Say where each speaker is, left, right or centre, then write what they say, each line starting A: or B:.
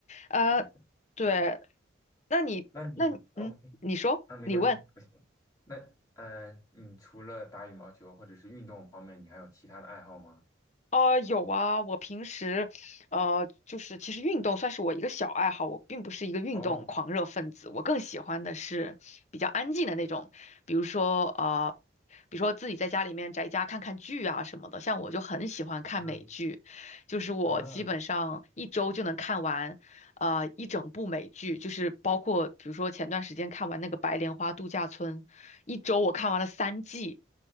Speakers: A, on the left; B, on the left.
A: 呃，
B: 对的，
A: 对，
B: 这样
A: 那你那你嗯，
B: 那你 OK
A: 你说，
B: 啊，没关系，
A: 你问。
B: 不行。那嗯、呃你除了打羽毛球或者是运动方面，你还有其他的爱好吗？
A: 呃，有啊，我平时，呃，就是其实运动算是我一个小爱好，我并不是一个运动狂热分子，
B: 哦，
A: 我更喜欢的是比较安静的那种，比如说呃，比如说自己在家里面宅家看看剧啊什么的，像我就很喜欢看美剧，
B: 嗯
A: 就是我基本上一周就能看完，
B: 啊，
A: 呃，一整部美剧，就是包括比如说前段时间看完那个《白莲花度假村》，一周我看完了三季。